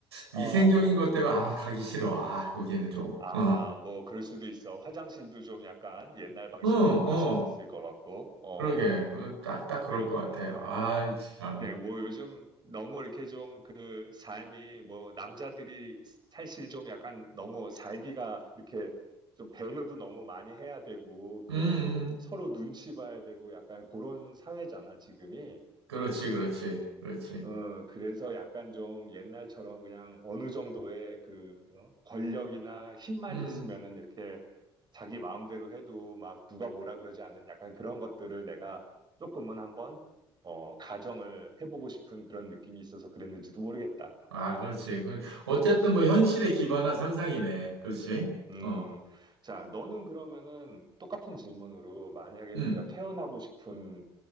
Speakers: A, on the right; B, on the right.
A: 위생적인
B: 어,
A: 것 때문에, 아, 가기 싫어. 아, 거기는 좀,
B: 아,
A: 어.
B: 뭐 그럴 수도 있어. 화장실도 좀 약간 옛날 방식으로
A: 어, 어.
B: 그럴 수도 있을 것 같고, 어,
A: 그러게. 그 딱, 딱 그럴
B: 그렇구나.
A: 것 같아요. 아이, 참.
B: 네, 뭐 요즘 너무 이렇게 좀 그 삶이 뭐 남자들이 사실 좀 약간 너무 살기가 이렇게 좀 배려도 너무 많이 해야 되고 그러고
A: 음, 음.
B: 서로 눈치 봐야 되고 약간 그런 사회잖아, 지금이.
A: 그렇지, 그렇지, 그렇지.
B: 어, 그래서 약간 좀 옛날처럼 그냥 어느 정도의 그 어? 권력이나 힘만
A: 음.
B: 있으면은 이렇게 자기 마음대로 해도 막 누가 뭐라 그러지 않는 약간 그런 것들을 내가 조금은 한번 어, 가정을 해보고 싶은 그런 느낌이 있어서 그랬는지도 모르겠다.
A: 아, 그렇지. 그, 어쨌든 뭐 현실에 기반한 상상이네. 그렇지?
B: 음,
A: 어,
B: 자, 너는 그러면은 똑같은 질문으로 만약에
A: 음,
B: 네가 태어나고 싶은